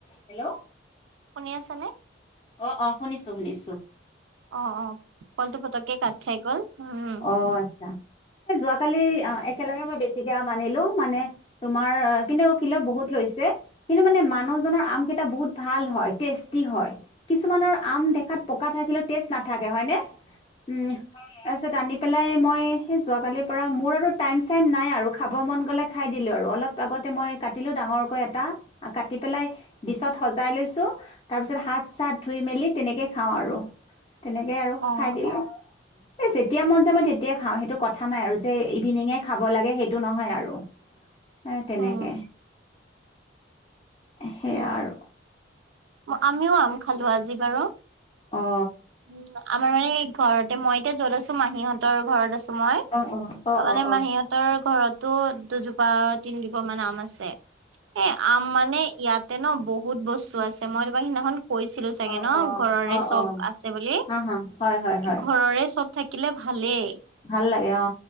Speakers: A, on the left; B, on the right.
A: Hello
B: শুনি আছে নে?
A: অঁ অঁ শুনিছোঁ শুনিছোঁ।
B: অঁ অঁ কলটো পতককে কাট খাই গল উম।
A: হয় হয়। যোৱাকালি আঁ একেলগে মই বেছিকে আনিলোঁ মানে। তোমাৰ কিন্তু কিলো বহুত লৈছে। কিন্তু মানে মানুহজনৰ আম কেইটা বহুত ভাল হয় টেষ্টি হয়। কিছুমানৰ আম দেখাত পকা থাকিলেও টেষ্ট নাথাকে হয়নে উম, হয় তাৰপিছত আনি পেলাই মই সেই যোৱাকালিৰ পৰা মোৰ আৰু টাইম চাইম নাই আৰু খাব মন গ'লে খাই দিলোঁ আৰু। অলপ আগতে মই কাটিলো ডাঙৰকৈ এটা আ কাটি পেলাই ডিচত সজাই লৈছোঁ। তাৰ পিছত হাত চাত ধুই মেলি তেনেকে খাওঁ আৰু, তেনেকেই আৰু
B: অ
A: খাই দিলোঁ।
B: অ
A: এই যেতিয়া মন যায় মই তেতিয়াই খাওঁ সেইটো কথা নাই আৰু যে ইভিনিঙে খাব লাগে সেইটো নহয় আৰু। এ তেনেকে
B: উম
A: সেয়া আৰু।
B: আমিও আম খালো আজি বাৰু।
A: অঁ।
B: উম আমাৰ মানে ঘৰতে মই এতিয়া য'ত আছো মাহীহঁতৰ ঘৰত আ ছো মই
A: অ অ অ
B: তাৰমানে
A: অ অ
B: মাহীহঁত হতৰ ঘৰতো দুজোপা তিনিজোপা মান আম আছে, এই আম মানে ইয়াত ইয়াতে ন বহুত বস্তু আছে মই তোমাক সিদিনাখন কৈছিলো চাগে
A: অ অ
B: ন
A: অ
B: ঘৰৰে
A: অ
B: চব
A: অ
B: আছে বুলি
A: হা হা হয় হয় হয়
B: ঘৰৰে চব থাকিলে ভালেই
A: ভাল লাগে অ